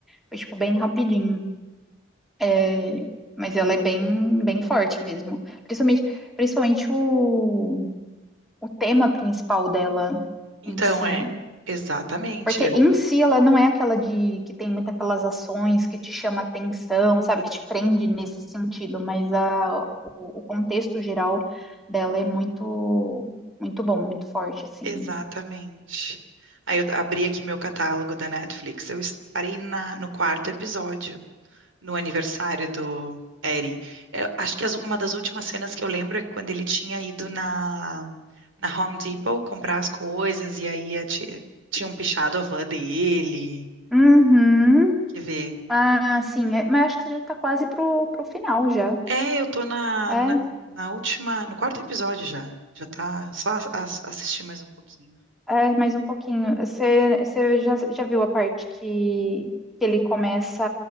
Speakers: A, in the centre; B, on the right.
A: foi tipo bem rapidinho. É, mas ela é bem, bem forte mesmo. Principalmente, principalmente o, o tema principal dela
B: Então
A: em si.
B: é exatamente,
A: Porque
B: eu
A: em si ela não é aquela de que tem muitas aquelas ações que te chama atenção, sabe, que te prende nesse sentido, mas a, o o contexto geral dela
B: Hum.
A: é muito muito bom, muito forte, assim.
B: exatamente. Aí eu abri aqui meu catálogo da Netflix. Eu es- parei na- no quarto episódio. no aniversário do Eri. Eu acho que as- uma das últimas cenas que eu lembro é quando ele tinha ido na, na Home Depot comprar as coisas e aí a ti- tinham pichado a van dele.
A: Uhum.
B: Quer ver?
A: Ah, sim. é- Mas acho que você já está quase pro, pro final já.
B: É, eu tô na,
A: É,
B: na, na última, no quarto episódio já. Já tá, só as- as- assistir mais um pouquinho.
A: é, mais um pouquinho. Você, você já, já viu a parte que, que ele começa